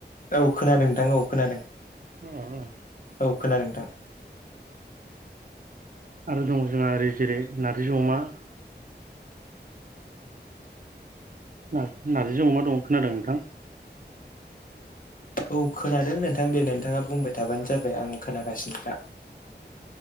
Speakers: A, on the left; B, on the right.
A: औ खोनादों नोंथां औ खोनादों।
B: <unintelligible>
A: औ खोनादों नोंथां।
B: आरो दङ जोंहा ओरै जेरै नारजि अमा ज नार्जिजों अमा दं खोनादों नोंथां?
A: औ खोनादों नोंथां दे नोंथाङा बुंबाय थाबानो जाबाय आं खोनागासिनोखा